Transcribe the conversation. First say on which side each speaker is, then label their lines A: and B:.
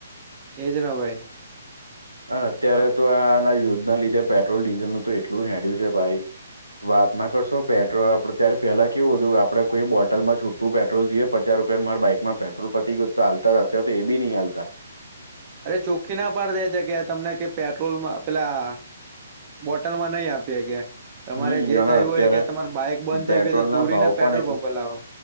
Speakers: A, on the right; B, on the right.
A: એજ ન ભાઈ
B: અત્યારે
A: અ
B: તો આના યુદ્ધના લીધે પેટ્રોલ ડીઝલનું તો એટલું હેંડ્યું છે ભાઈ વાત ના કરશો પેટ્રોલ આપડે ત્યારે પેલા કેવું હતું આપડે કોઈ બોટલ માં છૂટ તુ પેટ્રોલ જોઈએ પચાર રૂપિયા મારા બાઈકમાં પેટ્રોલ પતી ગય તો હાલતા જ હતા તો એ બીહી ચાલતા
A: અરે ચોખ્ખ ના પાડ દે જગ્યાએ તમને કે પેટ્રોલ પેલા બોટલમાં નહી આપીએ કે તમારે
B: હમ
A: જે
B: અને
A: થયું
B: અત્યારે
A: હોય કે તમાર બાઈક બંધ થઇ
B: પેટ્રોલ
A: ગય તો દૂરીના
B: ના ભાવ પણ
A: પેટ્રોલ
B: એટલા
A: પં્પો લાવો